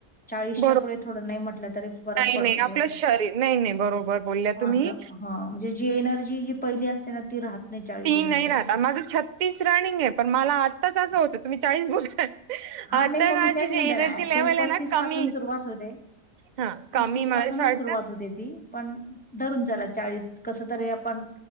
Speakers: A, in the centre; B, on the right (about 65°).
A: चाळीसच्या
B: बरोबर
A: पुढे थोडं नाही म्हटलं तरी फरक
B: नाही
A: पडत
B: नाही आपलं
A: थोडा,
B: शरीर नाही नाही बरोबर बोलल्या तुम्ही
A: असं ह. म्हणजे जी एनर्जी जी पहिली असते ना ती राहत नाही चाळीशी
B: ती
A: नंतर
B: नाही राहत, माझं छत्तीस रनिंग हाय पण मला आत्ताच असं होतं, तुम्ही चाळीस बोलताय.
A: हा
B: आता
A: नाही मग
B: माझी
A: मी तेच
B: जी
A: म्हणते
B: एनर्जी
A: ना, ऍक्च्युअल
B: लेवल आहे
A: पस्तीस
B: ना कमी
A: पासून सुरुवात होते.
B: हा कमी
A: पस्तीस
B: मला
A: पासूनच
B: असं वाटतं
A: सुरुवात होते ती, पण धरून चला चाळीस. कस तरी आपण